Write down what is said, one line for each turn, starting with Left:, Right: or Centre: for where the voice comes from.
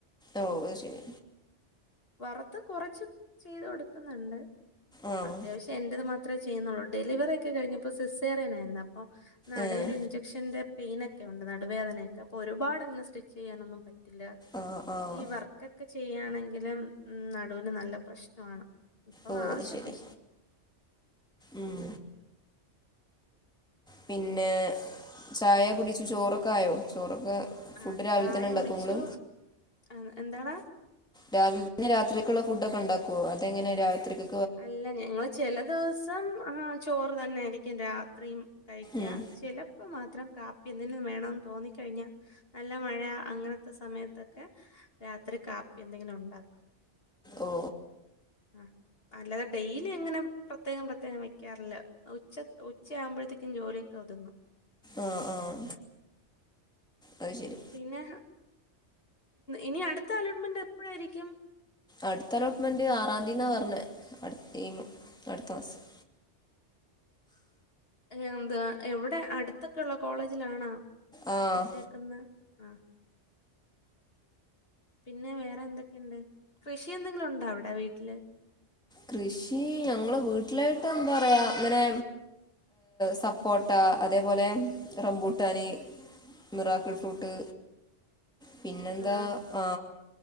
Centre: ഓ ശരി
Left: വറുത്ത് കുറച്ച് ചെയ്ത് കൊടുക്കുന്നുണ്ട്
Centre: ആഹ്
Left: അത്യാവശ്യം എന്റത് മാത്ര അത്രേ ചെയ്യുന്നുള്ളൂ ഡെലിവറി ഒക്കെ കഴിഞ്ഞപ്പോ സിസ്സേറിയൻ ആയിരുന്നു അപ്പൊ നടുവിലെ
Centre: ഏഹ്
Left: ഇഞ്ചക്ഷന്റെ പെയിനൊക്കെ ഉണ്ട് നടുവേദനൊക്കെ അപ്പൊ ഒരുപാട് അങ്ങനെ സ്റ്റിച്ച് ചെയ്യാനൊന്നും പറ്റില്ല
Centre: ആഹ് ആഹ്
Left: ഈ വർക്കൊക്കെ ചെയ്യാണെങ്കിലും ഉ നടുവിന് നല്ല പ്രശ്നമാണ് ഇപ്പൊ
Centre: ഓ
Left: ആവശ്യത്തിന്
Centre: അത് ശരി ഉം പിന്നെ ചായ കുടിച്ചു ചോറൊക്കെ ആയോ ചോറൊക്കെ ഫുഡ്
Left: ആ
Centre: രാവിലെ
Left: ചായ
Centre: തന്നെ ഉണ്ടാക്കോ
Left: ഒടിച്ചു
Centre: ഇങ്ങള്
Left: ആ എന്താണ്
Centre: രാവില രാത്രിക്കുള്ള ഫുഡ് ഒക്കെ ഉണ്ടാക്കുവോ അതെങ്ങനെ രാത്രിക്ക്
Left: അല്ല ഞങ്ങൾ ചെില ദിവസം ആഹ ചോറ് തന്നൊയിരിക്കും രാത്രിയും കഴിക്കാ
Centre: ഉം
Left: ചിലപ്പ് മാത്രം രാത്രി കാപ്പിയെന്തേലും വേണംന്ന് തോന്നിക്കഴിഞ്ഞാൽ നല്ല മഴ അങ്ങനത്തെ സമയത്തൊക്കെ? രാത്രി കാപ്പി എന്തെങ്കും ഉണ്ടാക്കും.
Centre: ഓ
Left: ആ! അല്ലാതെ ഡെയിലി അങ്ങനെ പ്രത്യേകം പ്രത്യേകം വെക്കാറില്ല. ഉച്ച ഉച്ചയാവ്! ഓ! തിന്നു.
Centre: ആഹ് ആഹ് അത് ശരി
Left: പിന്നെ ഇനി അടുത്ത അലോട്ട്മെന്റ് എപ്പഴായിരിക്കും?
Centre: അടുത്ത അലോട്ട്മെന്റ് ആറാം തീയതിന്നാ പറഞ്ഞെ. അടുത്ത
Left: ഉം.
Centre: അടുത്ത മാസം.
Left: എന്താ ഇവിടെ അടുത്തൊക്കെയള്ള കോളേജിലാണാ
Centre: ആഹ്
Left: ഇട്ടേക്ന്ന് ആ! പിന്നെ വേറെ എന്തൊക്കെയുണ്ട്? കൃഷി എന്തെങ്കിലും ഉണ്ടോ? അവിടെ വീട്ടില്
Centre: കൃഷി ഞങ്ങെ വീട്ട!
Left: <unintelligible>
Centre: അങ്ങനെ സപ്പോട്ട അതേ പോലെ റംബൂട്ടാനി! Miracle fruit. പിന്നെന്താ?
Left: ആ
Centre: ആ!